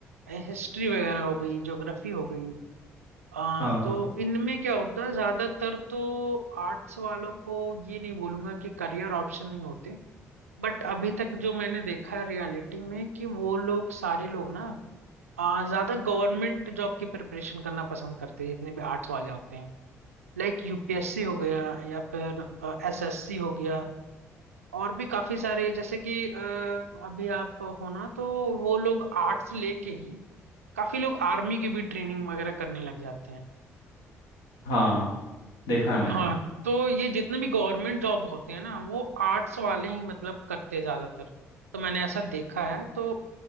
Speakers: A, on the right; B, on the left.
A: हिस्ट्री वगैरह हो गई ज्योग्राफी हो गई आ,
B: हाँ
A: तो इनमें क्या होता है ज्यादातर तो आर्ट्स वालों को ये नहीं बोलूंगा कि करियर ऑप्शन नहीं होते बट अभी तक जो मैंने देखा है रियलिटी में कि वो लोग सारे लोग ना आ, ज्यादा गवर्नमेंट जॉब की प्रिपरेशन करना पसंद करते हैं जितने भी आर्ट्स वाले होते हैं लाइक यूपीएससी हो गया या फिर एसएससी हो गया और भी काफी सारे जैसे कि अ, अभी आप हो ना तो वो लोग आर्ट्स लेके ही काफी लोग आर्मी की भी ट्रेनिंग वगैरह करने लग जाते हैं
B: हाँ देखा है मैंने
A: हाँ तो ये जितने भी गवर्नमेंट जॉब होते हैं ना वो आर्ट्स वाले ही मतलब करते हैं ज्यादातर तो मैंने ऐसा देखा है तो